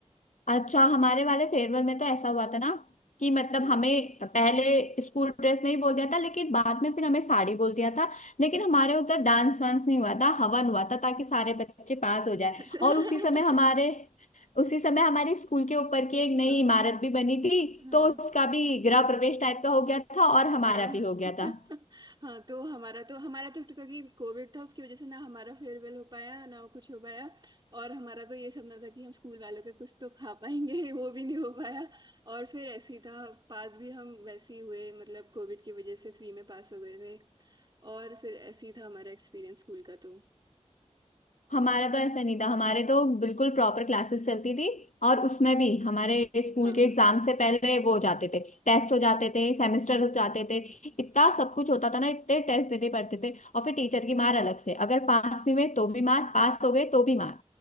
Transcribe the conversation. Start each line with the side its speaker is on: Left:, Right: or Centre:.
Left: अच्छा हमारे वाले फेयरवेल में तो ऐसा हुआ था ना कि मतलब
Right: हाँ
Left: हमें पहले स्कूल ड्रेस में ही बोल दिया था लेकिन बाद में फिर हमें साड़ी बोल दिया था लेकिन हमारे उधर डांस वांस नहीं हुआ था हवन हुआ था ताकि सारे बच्चे पास हो जाए
Right: अच्छा
Left: और उसी समय हमारे उसी समय हमारे स्कूल के ऊपर की एक
Right: <laughs>
Left: नई
Right: हाँ
Left: इमारत भी बनी थी
Right: हाँ
Left: तो उसका भी गृह प्रवेश टाइप का हो गया था और हमारा
Right: हाँ
Left: भी हो गया
Right: <laughs>
Left: था
Right: हाँ तो हमारा तो हमारा तो क्योंकि कोविड था उसकी वजह से ना हमारा फेयरवेल हो पाया ना कुछ हो पाया और हमारा तो ये सपना था कि हम स्कूल वालों के कुछ तो खा पाएंगे <laughs> वो भी नहीं हो पाया और फिर ऐसे ही था पास भी हम वैसे ही हुए मतलब कोविड की वजह से फ्री में पास हो गए थे और फिर ऐसे ही था हमारा एक्सपीरियंस स्कूल का तो
Left: हमारा तो ऐसा नहीं था हमारे तो बिल्कुल प्रॉपर क्लासेस चलती थी और उसमें भी हमारे स्कूल
Right: हाँ
Left: के एग्जाम से पहले वो हो जाते थे टेस्ट हो जाते थे सेमेस्टर
Right: हाँ
Left: हो जाते थे इतना सब कुछ होता था ना इतने टेस्ट देने पड़ते थे और फिर टीचर की मार अलग से अगर पास नहीं हुए तो भी मार पास हो गए तो भी मार